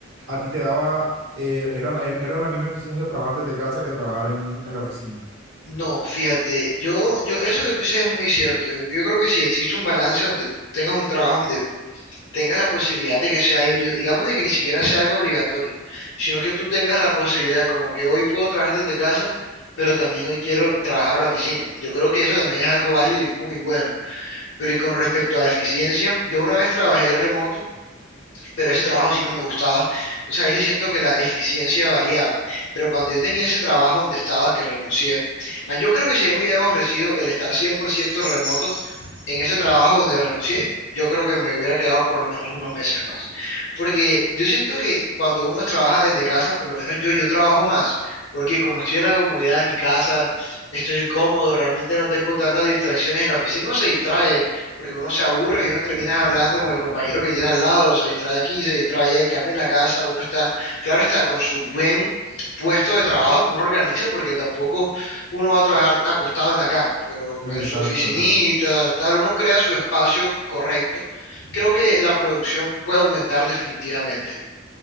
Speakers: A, on the right; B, on the left.
A: a ti te daba, eh, era, la- era la misma eficiencia trabajar desde casa que trabajar en, un- en la oficina.
B: No, fíjate, yo, yo, eso que tú dices es muy cierto. Yo creo que si existe un balance donde tengas un trabajo donde tengas la posibilidad de que sea híbrido, digamos de que ni siquiera sea algo obligatorio, sino que tú tengas la posibilidad, como que hoy puedo trabajar desde casa, pero también hoy quiero trabajar a la oficina. Yo creo que eso también es algo válido y muy bueno. Pero y con respecto a la eficiencia, yo una vez trabajé remoto pero ese trabajo sí no me gustaba. Entonces ahí sí siento que la eficiencia variaba. Pero cuando yo tenía ese trabajo donde estaba, que renuncié, más yo creo que si a mí me hubieran ofrecido el estar 100% remoto en ese trabajo donde renuncié, yo creo que me hubiera quedado por lo menos unos meses más. Porque yo siento que cuando uno trabaja desde casa, por lo menos yo, yo trabajo más. Porque como estoy en la comodidad de mi casa, estoy cómodo, realmente no tengo tantas distracciones en la oficina, uno se distrae porque uno se aburre y uno termina hablando con el compañero que tiene al lado, se distrae aquí, se distrae allá, en cambio en la casa uno está, claro está, con su buen puesto de trabajo que uno organiza, porque tampoco uno va a trabajar acostado en la cama, pero
A: Exacto,
B: en su oficinita,
A: exacto.
B: tal, uno crea su espacio correcto. Creo que la producción puede aumentar definitivamente.